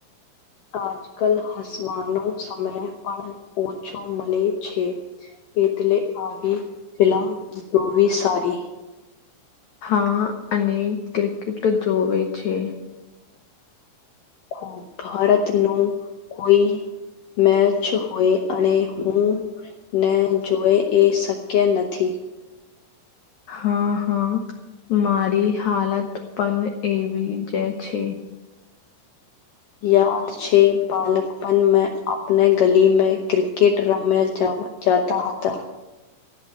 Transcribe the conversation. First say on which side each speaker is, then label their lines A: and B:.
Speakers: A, on the left; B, on the left.
A: આજકાલ હસવાનો સમય પણ ઓછો મલે છે. એટલે આગી ફિલ્મ જોવી સારી
B: હા અને ક્રિકેટ જોવે છે.
A: <unintelligible> ભારત નું કોઈ મેચ હોય અને હું ને જોય એ શક્ય નથી.
B: હા હા મારી હાલત પણ એવી જ છે.
A: યાદ છે બાલકપન મે આપને ગલી મે ક્રિકેટ રમ્યા જાવ જાતા હતા.